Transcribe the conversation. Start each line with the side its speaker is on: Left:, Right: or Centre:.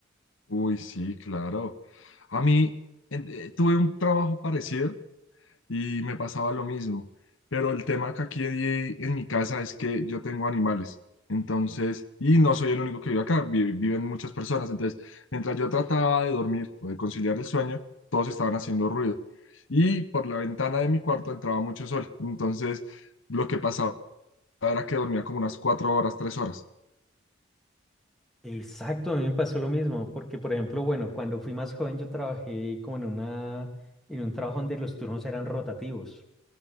Left: Uy, sí, claro. A mí en- eh, tuve un trabajo parecido y me pasaba lo mismo, pero el tema que aquí di- en mi casa es que yo tengo animales, entonces, y no soy el único que vive acá, vi- viven muchas personas, entonces, mientras yo trataba de dormir o de conciliar el sueño, todos estaban haciendo ruido y por la ventana de mi cuarto entraba mucho sol, entonces lo que pasaba era que dormía como unas cuatro horas, tres horas.
Centre: Exacto, a mí me pasó lo mismo, porque por ejemplo, bueno, cuando fui más joven yo trabajé como en una, en un trabajo donde los turnos eran rotativos.